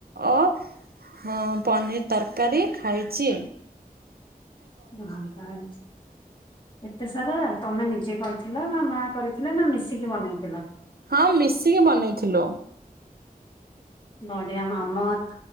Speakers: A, on the right; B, on the left.
A: ଓ ହଁ ପନିର ତରକାରୀ ଖାଇଚି।
B: ବାବା ହେଇଚି। ଏତେ ସାରା ତମେ ନିଜେ କରିଥିଲ ନା ମା କରିଥିଲେ ନା ମିଶିକି ବନେଇଥିଲ?
A: ହଁ ମିଶିକି ବନେଇଥିଲୁ।
B: ବଢିଆ ମାମତ୍